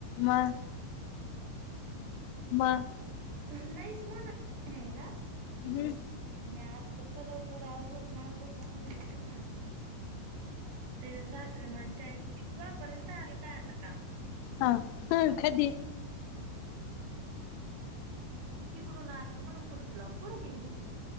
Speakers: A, on the left; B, on the right.
A: म म
B: नाहीच म्हणत <unintelligible> न्यायला.
A: हम्म.
B: मी आज पक्क लवकर आवरून नागूळ पांगूळ करून आणलं त्या सासरे म्हणतायत तोपर्यंत आलं काय आता काम?
A: हा ह कधी?
B: तिकडून आलं म्हण कुलूप लावून कुठं गेली ती?